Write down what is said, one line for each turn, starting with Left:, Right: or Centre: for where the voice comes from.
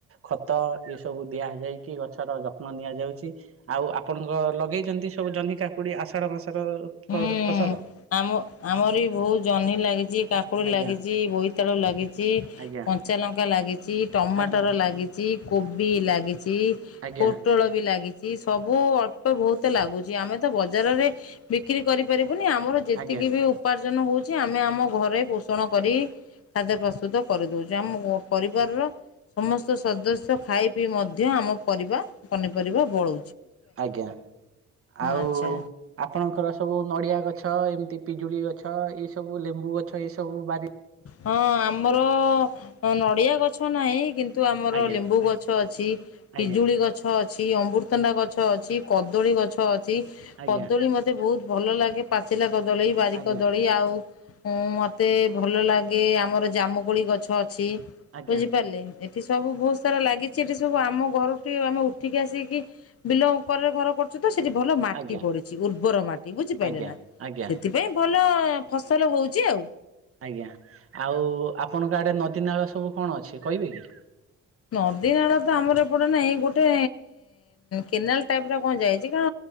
Right: ଖତ ଏ ସବୁ ଦିଆଯାଇକି ଗଛର ଯତ୍ନ ନିଆ ଯାଉଛି। ଆଉ ଆପଣଙ୍କ ଲଗେଇଚନ୍ତି ସବୁ ଜହ୍ନି କାକୁଡି ଆଷାଢ ମାସର ଫ-ଫସଲ?
Left: ହୁଁ। ଆମ ଆମର ବି ବୋହୁତ ଜହ୍ନି ଲାଗିଚି, କାକୁଡ଼ି
Right: ଆଜ୍ଞା
Left: ଲାଗିଚି, ବୋଇତାଳୁ ଲାଗିଚି,
Right: ଆଜ୍ଞା
Left: କଞ୍ଚାଲ ଙ୍କା ଲାଗିଚି, ଟମାଟର
Right: ଆଜ୍ଞା
Left: ଲାଗିଚି, କୋବି ଲାଗିଚି,
Right: ଆଜ୍ଞା
Left: ପୋଟଳ ବି ଲାଗିଚି ସବୁ ଅଳ୍ପେ ବୋହୁତ ଲାଗୁଚି। ଆମେ ତ ବଜାରରେ ବିକ୍ରି କରିପାରି ଆମର ଯେତିକି
Right: ଆଜ୍ଞା
Left: ବି ଉପାର୍ଜନ ହୋଉଚି, ଆମେ ଆମ ଘରେ ପୋଷଣ କରି ଖାଦ୍ୟ ପ୍ରସ୍ତୁତ କରିଦଉଛି। ଆମ ପରିବାରର ସମସ୍ତ ସଦସ୍ୟ ଖାଇ ପିଇ ମଧ୍ୟ ଆମ ପରିବା ପନିପରିବା ବଳୁ।
Right: ଆଜ୍ଞା, ଆଉ
Left: ଆଚ୍ଛା
Right: ଆପଣଙ୍କର ସବୁ ନଡ଼ିଆ ଗଛ, ଏମିତି ପିଜୁଳି ଗଛ, ଏ ସବୁ ଲେମ୍ବୁ ଗଛ, ଏ ସବୁ ବାରି
Left: ହଁ ଆମର ନଡ଼ିଆ ଗଛ ନାହିଁ କିନ୍ତୁ ଆମର
Right: ଆଜ୍ଞା
Left: ଲେମ୍ବୁ ଗଛ ଅଛି,
Right: ଆଜ୍ଞା
Left: ପିଜୁଳି ଗଛ ଅଛି, ଅମୃତଣ୍ଡା ଗଛ ଅଛି, କଦଳୀ ଗଛ ଅଛି,
Right: ଆଜ୍ଞା
Left: କଦଳୀ ମତେ ବହୁତ ଭଲ ଲାଗେ, ପାଚିଲାକ ଦଳି ବାରିକଦଳୀ,
Right: ଆଜ୍ଞା
Left: ଆଉ ମତେ ଭଲ ଲାଗେ ଆମର ଜାମୁକୋଳି ଗଛ ଅ ଜି
Right: ଆଜ୍ଞା
Left: ବୁଝିପାରିଲେ। ଏଠି ସବୁ ବହୁତ ସାରା ଲାଗିଛି, ଏଠି ସବୁ ଆମ ଘରକୁ ଟିକେ ଆମେ ଉଠିକି ଆସିକି ବିଲ କରେର ଘର କରୁଛୁ। ସେଠି ଭଲ ମାଟି
Right: ଆଜ୍ଞା
Left: ପଡିଛି ଉର୍ବର ମାଟି ବୁଝିପାରିଲେ
Right: ଆଜ୍ଞା
Left: ନା
Right: ଆଜ୍ଞା
Left: ସେଥିପାଇଁ ଭଲ। ଭଲ ଫସଲ ହଉଛି ଆଉ।
Right: ଆଜ୍ଞା, ଆଉ ଆପଣଙ୍କ ଆଡେ ନଦୀ ନାଳ ସବୁ କଣ ଅଛି କହିବେ କି?
Left: ନଦୀ ନାଳ ତ ଆମର ଏପଟେ ନାହିଁ। ଗୋଟେ କେନାଲ ଟାଇପ ର କଣ ଯାଇଛି କଣ?